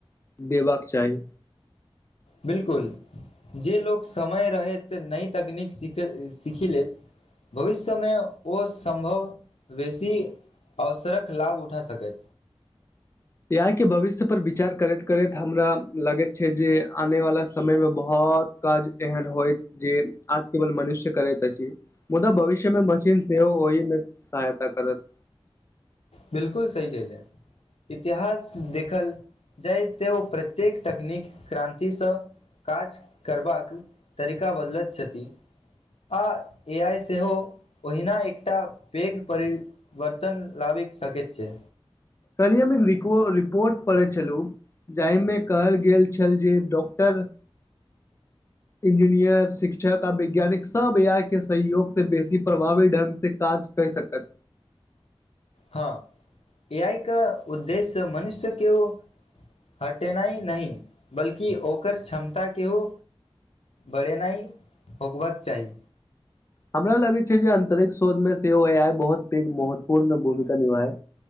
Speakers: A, on the left; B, on the left.
A: देबाक चाही
B: बिल्कुल जे लोक समय रहैत नई तकनीक सिख सीख लेैत भविष्यमे ओ सम्भव बेसी अबसरक लाभ उठा सकैथ
A: ए आइके भविष्य पर विचार करैत करैत हमरा लगैत छै जे आने वाला समयमे बहुत काज एहन होइत जे आज केवल मनुष्य करैत अछि मुदा भविष्यमे मशीन सेहो ओहिमे सहायता करत
B: बिल्कुल सही कहैले इतिहास देखल जाइ ते ओ प्रत्येक तकनीक क्रान्तिसँ काज करबाक तरीका बदलैत छथि हाँ एआइ सेहो ओहिना एकटा पैघ परिवर्तन लाबि सकैत छै
A: काल्हि हम रिकोड रिपोर्ट पढ़ै छलहूँ जाहिमे कहल गेल छैल जे डॉक्टर इंजीनियर शिक्षक आ वैज्ञानिक सब एआइके सहयोग सऽ बेसी प्रभावी ढंग से काज करि सकैत
B: हाँ एआइके उद्देश्य मनुष्यके ओ हटेनाइ नहि बल्कि ओकर क्षमताके ओ बढ़ेनाइ होकबाक चाही
A: हमरा लगै छै जे अंतरिक शोधमे सेहो एआई बहुत पैघ महत्वपूर्ण भूमिका निभाएत